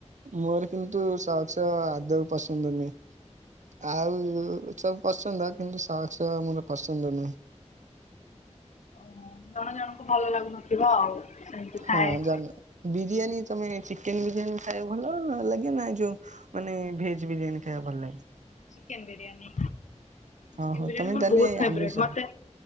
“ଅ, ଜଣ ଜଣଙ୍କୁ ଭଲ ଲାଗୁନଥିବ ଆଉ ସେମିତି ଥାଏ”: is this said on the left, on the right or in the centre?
Left